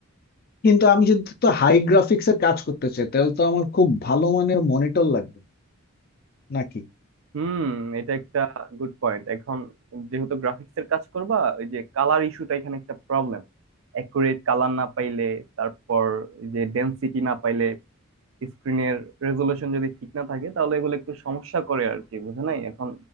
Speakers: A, on the left (about 45°); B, on the right (about 65°).
A: কিন্তু আমি যদি তো হাই গ্রাফিক্স এর কাজ করতে চাই তাহলে তো আমার খুব ভালো মানের মনিটর লাগবে নাকি
B: হুম এটা একটা গুড পয়েন্ট এখন যেহেতু গ্রাফিক্স এর কাজ করবা ওই যে কালার ইস্যুটা এখানে একটা প্রবলেম অ্যাকুরেট কালার না পাইলে তারপর এই যে ডেনসিটি না পাইলে স্ক্রিনের রেজলিউশন যদি ঠিক না থাকে তাহলে এগুলো একটু সমস্যা করে আর কি বুঝে নাই এখন